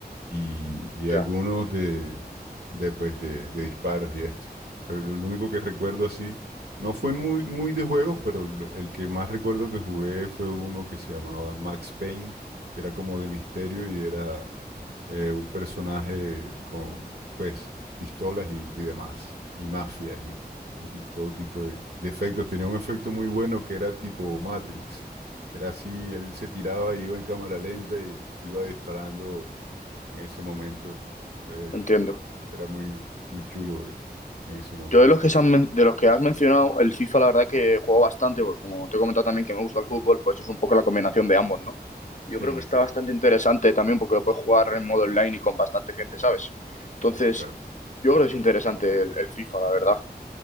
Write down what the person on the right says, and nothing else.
y, y
algunos de, de, pues, de, de disparos y esto. Pero lo único que recuerdo así, no fue muy, muy de juegos, pero el, el que más recuerdo que jugué fue uno que se llamaba Max Payne, que era como de misterio y era eh, un personaje con, pues, pistolas y, y demás, y mafias y ujú, todo tipo de, de efectos. Tenía un efecto muy bueno que era tipo Matrix. Era así, él se tiraba y iba en cámara lenta y iba disparando en ese momento. Entonces,
era muy, muy chulo eh, en ese momento.
Sí,
sí,
claro.